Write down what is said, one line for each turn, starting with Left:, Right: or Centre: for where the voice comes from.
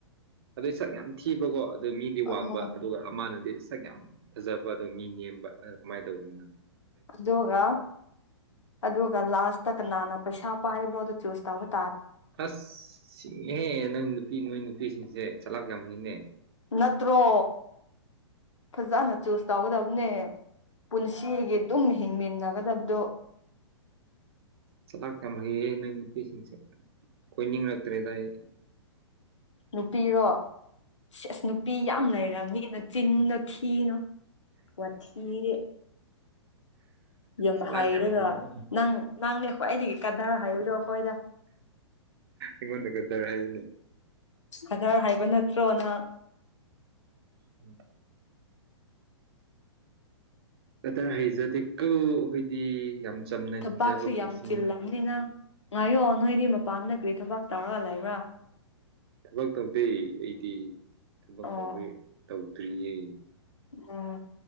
Right: ꯑꯗꯨ ꯁꯛ ꯌꯥꯝ ꯊꯤꯕꯀꯣ ꯑꯗꯨ ꯃꯤꯗꯤ
Left: ꯎꯝ
Right: ꯋꯥꯡꯕ ꯑꯗꯨꯒ ꯑꯃꯅꯗꯤ ꯁꯛ ꯌꯥꯝ ꯐꯖꯕ ꯑꯣ ꯃꯤ ꯅꯦꯝꯕ ꯀꯃꯥꯏꯅ ꯇꯧꯕꯅꯤꯅꯪ
Left: ꯑꯗꯨꯒ ꯑꯗꯨꯒ ꯂꯥꯁ ꯇ ꯀ ꯅꯅꯥ ꯄꯩꯁꯥ ꯄꯥꯏꯕ꯭ꯔꯣ ꯑꯗꯨ ꯆꯨꯁ ꯇ
Right: ꯑꯁꯍꯦ ꯅꯪ ꯅꯨꯄꯤ ꯅꯣꯏ ꯅꯨꯄꯤꯁꯤꯡꯁꯦ ꯆꯠꯂꯥꯛꯀꯍꯩꯅꯦ
Left: ꯅꯠꯇ꯭ꯔꯣ ꯐꯖꯅ ꯆꯨꯁ ꯇꯧꯒꯗꯕꯅꯦ ꯄꯨꯟꯁꯤꯒꯤ ꯑꯗꯨꯝ ꯍꯤꯡꯃꯤꯟꯅꯒꯗꯕꯗꯣ
Right: ꯆꯂ ꯀꯃ ꯄꯁꯦ ꯑꯩꯈꯣꯏ ꯅꯤꯡꯂꯛꯇ꯭ꯔꯦ ꯇꯥꯏꯌꯦ
Left: ꯅꯨꯄꯤꯔꯣ ꯁꯤ ꯑꯁ ꯅꯨꯄꯤ ꯌꯥꯝ ꯂꯩꯔꯕꯝꯅꯤꯅ ꯆꯤꯟꯅ ꯊꯤꯅꯣ ꯄꯊꯤ ꯌꯥꯝ
Right: ꯆꯂꯥꯛ
Left: ꯍꯥꯏꯩꯔꯒ
Right: ꯍꯩꯌꯦ
Left: ꯅꯪ ꯅꯪꯅꯦ ꯑꯩꯈꯣꯏ ꯑꯩꯗꯒꯤ ꯀꯥꯙꯔ ꯍꯥꯏꯕꯗꯣ ꯑꯩꯈꯣꯏꯗ
Right: ꯏꯉꯟꯅꯒꯗꯔ ꯍꯥꯏꯅꯤ
Left: ꯈꯗꯔ ꯍꯥꯏꯕ ꯅꯠꯇ꯭ꯔꯣ ꯅꯍ
Right: ꯎꯝ ꯑꯇ ꯍꯩꯖꯗꯦꯀꯣ ꯑꯩꯈꯣꯏꯗꯤ ꯌꯥꯝ ꯆꯝꯅ
Left: ꯊꯕꯥꯛꯁꯨ
Right: ꯍꯤꯡꯖꯕ ꯄꯨꯟꯁꯤꯅꯤ
Left: ꯌꯥꯝ ꯆꯤꯜꯂꯝꯅꯤ ꯅꯪ ꯉꯥꯏꯌꯣ ꯅꯣꯏꯗꯤ ꯃꯄꯥꯟꯗ ꯀꯔꯤ ꯊꯕꯥꯛ ꯇꯧꯔꯒ ꯂꯩꯕ꯭ꯔꯥ
Right: ꯊꯕꯛ ꯇꯧꯗꯦ ꯑꯩꯗꯤ ꯊꯕꯛ
Left: ꯑꯣ
Right: ꯇꯧꯕ ꯇꯧꯗ꯭ꯔꯤꯌꯦ
Left: ꯎꯝ